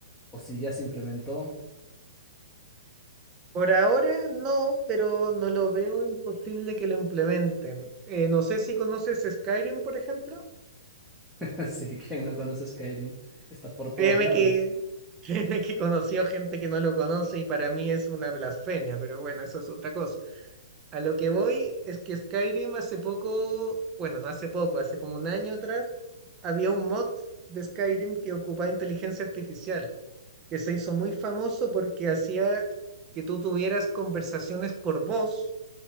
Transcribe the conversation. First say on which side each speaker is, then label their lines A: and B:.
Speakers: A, in the centre; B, on the right.
A: o si ya se implementó.
B: Por ahora no, pero no lo veo imposible que lo implementen. Eh, no sé si conoces Skyrim, por ejemplo.
A: <laughs> Así que no conoce Skyrim, está por todos
B: Créeme
A: lados.
B: que, <laughs> créeme que conoció gente que no lo conoce y para mí es una blasfemia, pero bueno, eso es otra cosa. A lo que voy es que Skyrim hace poco, bueno, no hace poco, hace como un año atrás, había un mod de Skyrim que ocupaba inteligencia artificial, que se hizo muy famoso porque hacía que tú tuvieras conversaciones por voz